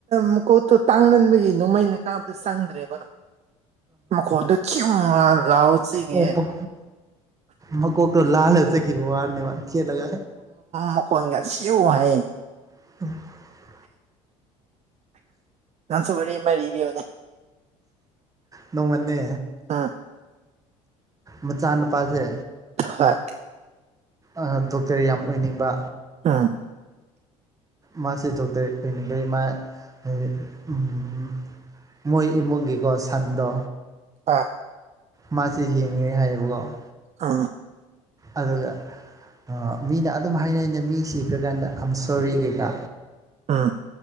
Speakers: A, on the right; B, on the right.
A: ꯃꯀꯣꯛꯇꯣ ꯇꯥꯡꯃꯟꯕꯒꯤ ꯅꯣꯡꯃꯩꯅ ꯀꯥꯞꯄꯁꯨ ꯆꯪꯗꯔꯦꯕ ꯃꯈꯣꯟꯗꯣ ꯆꯤꯡꯌꯨ ꯂꯥꯎꯒ ꯆꯦꯡꯉꯤꯌꯦ
B: ꯑꯣ ꯃꯀꯣꯛꯇꯣ ꯂꯥꯜꯂꯥ ꯆꯠꯈꯤꯕ ꯋꯥꯅꯦꯕ ꯈꯦꯠꯂꯥꯒ
A: ꯃꯈꯣꯟꯒ ꯁꯤꯌꯨ ꯍꯥꯏꯌꯦ
B: <unintelligible>
A: ꯅꯪꯁꯨ ꯋꯥꯔꯤ ꯑꯃ ꯂꯤꯕꯤꯌꯣꯅꯦ
B: ꯅꯣꯡꯃꯅꯦ
A: ꯑꯥ
B: ꯃꯆꯥꯅꯨꯄꯥꯁꯦ
A: ꯍꯣꯏ
B: ꯑꯥ ꯗꯣꯛꯇꯔ ꯌꯥꯝ ꯑꯣꯏꯅꯤꯡꯕ
A: ꯑꯥ
B: ꯃꯥꯁꯦ ꯗꯣꯛꯇꯔ ꯑꯣꯏꯅꯤꯡꯕꯩ ꯃꯥ ꯍꯥꯏꯗꯤ ꯎꯝ ꯃꯣꯏ ꯏꯃꯨꯡꯒꯤꯀꯣ ꯁꯟꯗꯣ
A: ꯑꯥ
B: ꯃꯥꯁꯦ ꯌꯦꯡꯉꯦ ꯍꯥꯏꯌꯦꯕꯀꯣ
A: ꯑꯥ
B: ꯑꯗꯨꯒ ꯑꯥ ꯃꯤꯅ ꯑꯗꯨꯝ ꯍꯥꯏꯅꯩꯩꯅ ꯃꯤ ꯁꯤꯈꯔꯥꯀꯥꯟꯗ ꯑꯝ ꯁꯣꯔꯤ ꯀꯩꯀꯥ
A: ꯑꯥ